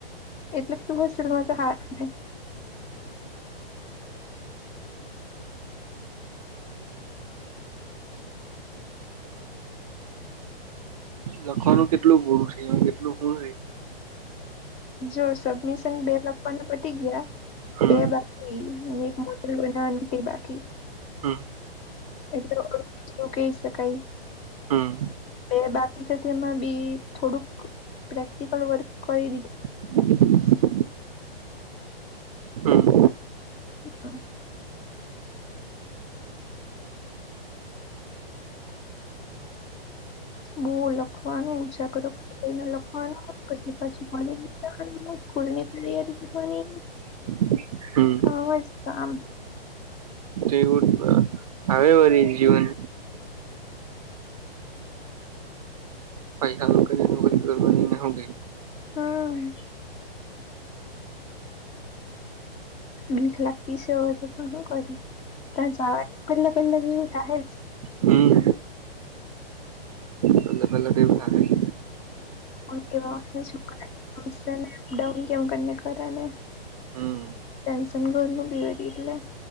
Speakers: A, on the left; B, on the right.
A: એટલે તો હોસ્ટેલમાં રેતે તો હારુ ને.
B: લખવાનું કેટલું પૂરું થયુ કેટલું હું રેયગુ.
A: જો સબમિશન બે લખવાના પતી ગ્યા.
B: હમ
A: બે બાકી એક મોડેલ બનાવાનું તે બાકી.
B: હમ.
A: એટલે ઓ જેવું કહી શકાય.
B: હમ હમ
A: બે બાકી છે તેમાં બી થોડુંક પ્રેક્ટિકલ વર્ક કરી દીધું.
B: <inaudible> હમ
A: <unintelligible> બો લખવાનું ઉજાગરો <unintelligible> લખવાનું પછી પાછું કોલેજ બી જવાનું સ્કૂલ ની બી તૈયારી કરવાની.
B: <inaudible> હમ
A: કામ જ કામ.
B: જેવું જ <unintelligible> આવે વળી
A: હમ
B: જીવન ભાઈ હાલો કરીને નોકરી કરવાની ને હું કેય.
A: હમ. બીક લાગતી છે હવે તો પણ હું કરે, તા જાવાય પેલાં પેલાં તો એવું થાહે જ.
B: હમ, પેલા પેલા તો એવું થાહે જ.
A: અમુક એવા ફ્રેન્ડ સાથે અપડાઉન કેવ કરને કરાને.
B: હમ
A: ટેન્શન ઘરનું બી વરી એટલે.